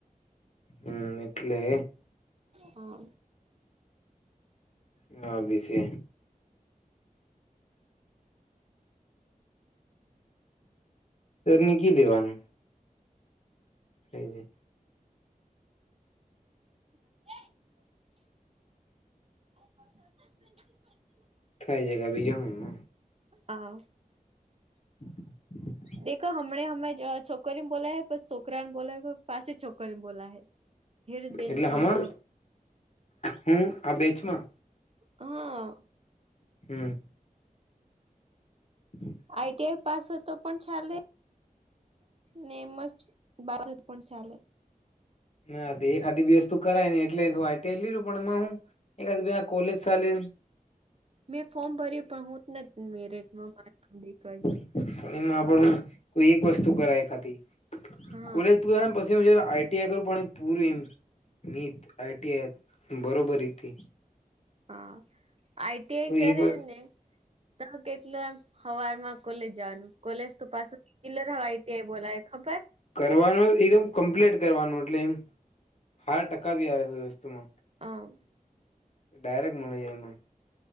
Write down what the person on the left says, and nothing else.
હમ એટલે.
ન બી છે. નિકી દેવાન. હ જી <unintelligible>
થાય જગા બીજ જો હોમાં.
<inaudible>
એટલે
હમાં,
હું આ બેચમાં?
હમ. <inaudible>
ના એ ખાધ બેસ્તુ કરાય ને એટલે તો લું પણ હું એકાદ બેયા કોલેજ શાલી.
પણ એમાં પણ હું કોઈ એક વસ્તુ કરાય ખાધિ
કોલે પરૂ પછી આઈટીઆઈ કરું પણ પૂરમ. મિત આઈ ટી આઈ બરોબર હતી.
કોઈ
એક
કરવાનું એકદમ કમ્પ્લીટ કરવાનું, એટલે એમ હાર ટકા ભી આવે છે વસ્તુમાં.
ડાયરેક્ટ મને જાયમાં.